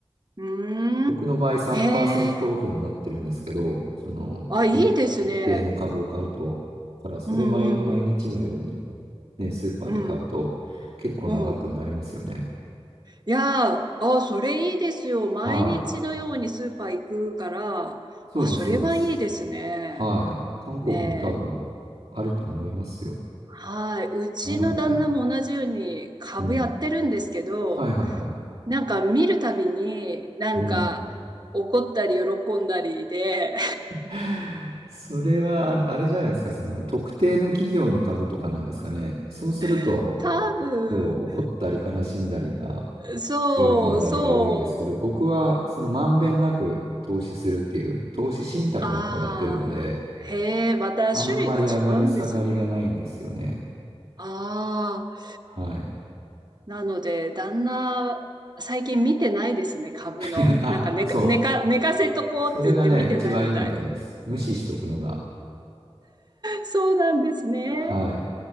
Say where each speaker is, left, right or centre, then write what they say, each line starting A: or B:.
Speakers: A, on the right; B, on the right.
A: うん。
B: 僕の場合3%
A: うーん。へえ。
B: オフになってるんですけど、そのい一定の株を買うと、
A: あ、いいですね。
B: だからそれ毎、
A: うんうん
B: 毎日のようにね、スーパーで買うと結構な額になりますよね。
A: うん。うん。うん。いやー、あ、それいいですよ。
B: はい。
A: 毎日のようにスーパー行くから、
B: そうです、
A: あ、それはいいですね。
B: そうです。はい。韓国も多分あると思いますよ。
A: ねえ。はい。うちの旦那も同じように株やってるんですけど、
B: ないのかな。うん。はいはいはい。
A: なんか見るたびに、なんか怒ったり喜んだりで、
B: うん。<laughs> それは、あのあれじゃないですか、その特定の企業の株とかなんですかね。そうすると、
A: <laughs> 多分、
B: そう、怒ったり悲しんだりが、
A: そう、
B: 喜んだりが多いんですけど、
A: そう、
B: 僕はそのまんべんなく投資するっていう、投資信託の方をやってるので、
A: ああ、へえ、また種類が違うんですね。
B: あんまり上がり下がりがないんですよね。
A: ああ、
B: はい。
A: なので、旦那、最近見てないですね、株の。
B: <laughs> あ、
A: なんか寝か、
B: そう。
A: 寝か、寝かせとこうって言って見てないみたい。
B: それがね、一番いいみたいです。無視しとくのが。
A: そうなんですね。
B: はい。